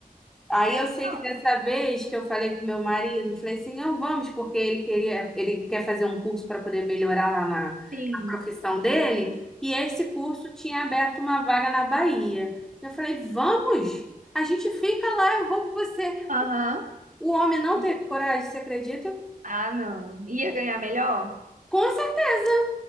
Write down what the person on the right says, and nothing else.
Não,
sim
Aham.
E-
Ah, não. Ia ganhar melhor?